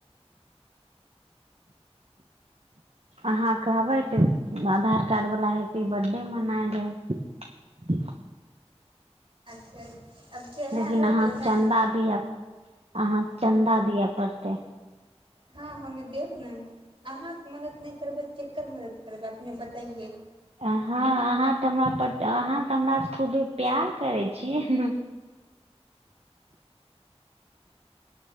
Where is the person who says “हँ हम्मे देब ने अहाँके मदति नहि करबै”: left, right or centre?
Right